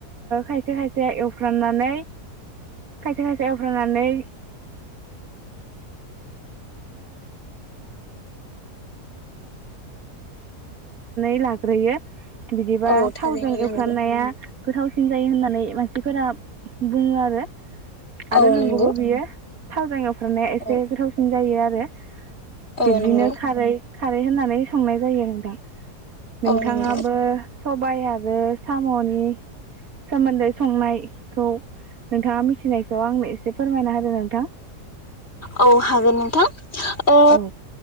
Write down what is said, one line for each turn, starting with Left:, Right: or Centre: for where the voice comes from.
Right: खायसे खायसे एवफ्राननानै खायसे खायसे एवफ्राननानै एवफ्रामनानै बिदिबा
Left: औ थारैनो
Right: थावजों
Left: नंगौ
Right: एवफ्रननाया गोथावसिन जायो होननानै मानसिफोरा बुङो आरो आरो
Left: औ
Right: नोंगौबो
Left: नंगौ
Right: बियो थावजों एव फ्राननाया एसे
Left: औ
Right: गोथावसिन जायो आरो जे
Left: औ
Right: बिब्दिनो
Left: नंगौ
Right: खारै खारै होननानै संनाय जायो नोंथां नोंथाङाबो
Left: औ नंगौ।
Right: सबाय आरो साम'नि सोमोन्दै संनाय खौ‌ नोंथाङा मिथिनायखौ आंनो एसे फोरमायना होदो नोंथां।
Left: औ हागोन नोंथां ओ
Right: औ